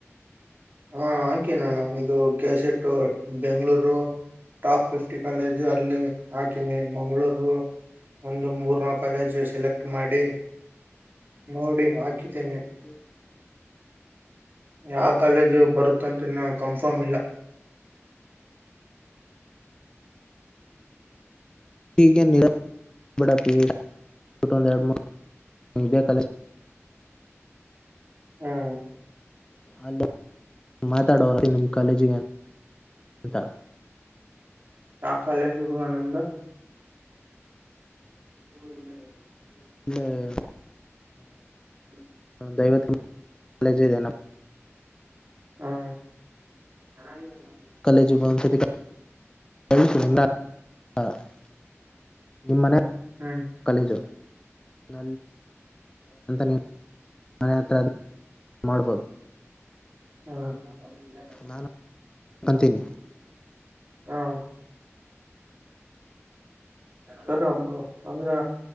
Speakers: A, on the right; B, on the left.
A: ಹಾ ಹಾಕನಣ್ಣ ಇದು cassette Bengaluru top fifty college ಅಲ್ಲಿ ಹಾಕಿನಿ ಮಂಗಳೂರ್ ಒಂದು ಮೂರ್ನ ಕಾಲೇಜು ಸೆಲೆಕ್ಟ್ ಮಾಡಿ ನೋಡಿ ಹಾಕಿದ್ದೇನೆ
B: <inaudible>
A: ಯಾವ ಕಾಲೇಜು ಬರು <unintelligible> ಇ ಕಂಫರ್ಮ್ ಇಲ್ಲ
B: <inaudible> <unintelligible> ಕಲಶ
A: ಹ್ಮ್
B: ಅಲ್ಲ ಮಾತಾಡೋರ ನಿಮ್ಮ ಕಾಲೇಜಿಗೆ ಅಂತ
A: ಯ ಕಾಲೇಜು ಬ್ರೋ ನಿಮ್ದ <inaudible>
B: <inaudible>
A: <inaudible>
B: ದೈವ <unintelligible>
A: ಹ್ಮ್
B: <inaudible> ನಿಮ್ಮನೆ
A: ಹ್ಮ್ ಹ್ಮ್
B: ಕಲೇಜುಲ್ಲಿಂತ ನೀ <unintelligible> ಮನೆ ಹತ್ರ ಮಾಡ್ಬೋದು
A: <inaudible>
B: ನಾನ್ ಅಂತೀನಿ
A: <inaudible> <unintelligible> ಅಂದ್ರೆ